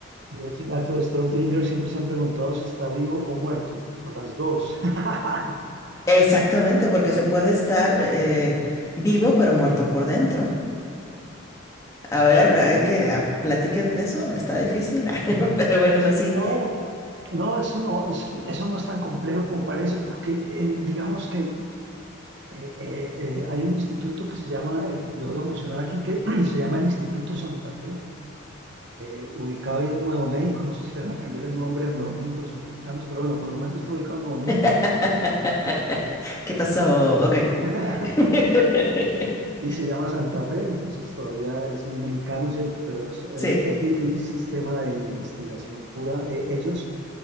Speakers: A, on the right; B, on the left.
A: Y ese gato de Strodinger siempre se han preguntado si está vivo o muerto, o las dos. <laughs>
B: Exactamente, porque se puede estar eh, vivo pero muerto por dentro. A ver, hay
A: Sí,
B: que ah, platiquen de eso, está difícil, <laughs> pero bueno,
A: sí,
B: sí.
A: no, no, eso no, eso, eso no es tan complejo como parece, porque eh, digamos que eh, eh, eh, hay un instituto que se llama, eh, lo debo mencionar aquí, que <clears throat> se llama el Instituto Santa Fe. eh, ubicado ahí en Nuevo México. No sé si le van a cambiar el nombre a Nuevo México los americanos, pero bueno, por el momento está ubicado en Nuevo México.
B: <laughs> ¿Qué pasó? Ok.
A: <laughs>
B: <laughs>
A: y se llama Santa Fe, entonces todavía es muy mexicano, ¿cierto? Pero es eh,
B: Sí.
A: eh, eh, un sistema de investigación pura. Eh, ellos